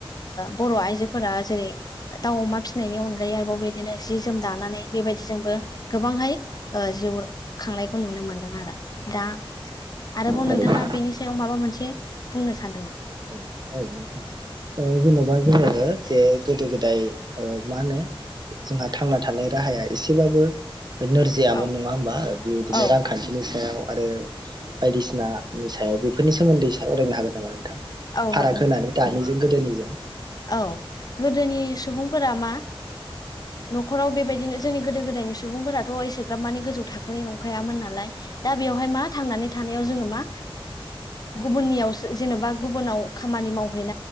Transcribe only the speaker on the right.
थारैनो
औ जेन'बा जोङो जे गोदो गोदाय मा होनो जोंहा थांना थानाय राहाया एसेबाबो नोरजियामोन
नङा होमबा बेबायदिनो
रांखान्थिनि सायाव आरो बायदिसिनानि सायाव बेफोरनि सोमोन्दै सावरायनो हागोन नामा नोंथां
फाराग
होनानै दानिजों गोदोनिजों